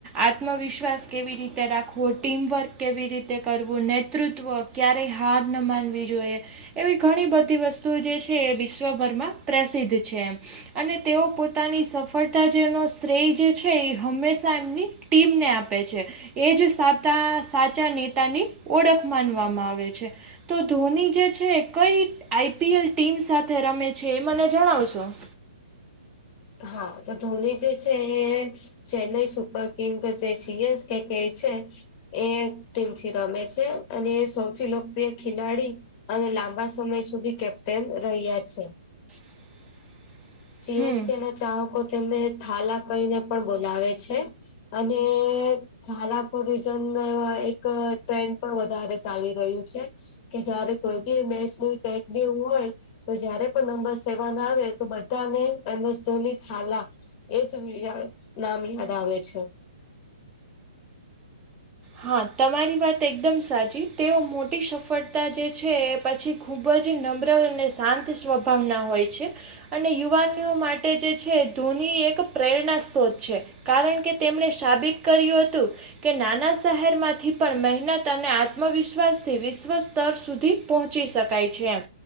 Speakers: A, on the right; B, on the left.
A: આત્મવિશ્વાસ કેવી રીતે રાખવો ટીમવર્ક કેવી રીતે કરવું નેતૃત્વ ક્યારેય હાર ન માનવી જોઈએ એવી ઘણી બધી વસ્તુ જે છે એ વિશ્વભરમાં પ્રસિદ્ધ છે એ અને તેઓ પોતાની સફળતા જેનો શ્રેય જે છે એ હંમેશા એમની ટીમને આપે છે એજ સાતા સાચા નેતાની ઓળખ માનવામાં આવે છે તો ધોની જે છે કઈ આઈપીએલ ટીમ સાથે રમે છે એ મને જણાવશો <inaudible>
B: હા તો ધોની જે છે એ ચેન્નાઈ સુપર કમ કે જાય છી કે્યા કેહે છે એ ટીમથી રમે છે અને એ સૌથી લોકપ્રિય ખેલાડી અને લાંબા સમય સુધી કેપ્ટન રહ્યા છે
A: <inaudible>
B: સીએસકે
A: હમ
B: ના ચાહકો તેમને થાલા કહીને પણ બોલાવે છે અને ઝાલાપુર રીઝન એક ટ્રેન્ડ પણ વધારે ચાલી રહ્યું છે કે જયારે કોઈ બી મેચ ન કઈક બી એવું હોય તો જયારે પણ નંબર સેવન આવે તો બધાને એમજ ધોની થાલા એ જ નામ યાદ આવે છે
A: હા તમારી વાત એકદમ સાચી તેઓ મોટી સફર જે છે એ પછી ખૂબ જ નમ્ર અને શાંત સ્વભાવના હોય છે અને યુવાનોઓ માટે જે છે ધૂની એક પ્રેરણા સત્રોત છે કારણ કે તેમણે સાબિત કર્યું હતું કે નાના શહેરમાંથી પણ મહેનત અને આત્મવિશ્વાસથી વિશ્વ સ્તર સુધી પહોંચી શકાય છે એમ